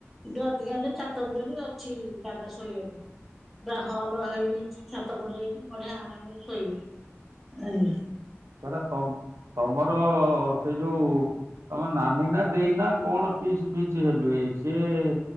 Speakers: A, in the centre; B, on the right.
A: କିନ୍ତୁ ଅଧିକା ହେଲେ ଛାତ ଉପରେ ଅଛି ଜାଗା ଶୋଇବାକୁ। ପୁରା ହଲ ହେଇଯାଇଚି ଛାତ ପଡିଯାଇଚି ବଢିଆ ଆରାମରେ ଶୋଇବେ। ଆଜ୍ଞା।
B: ମାନେ ତମ ତମର ସେ ଯୋଉ ତମ ନାନି ନା ଦେଇନା କଣ ପିଇସି ଫିଇସି ହେବେ ସିଏ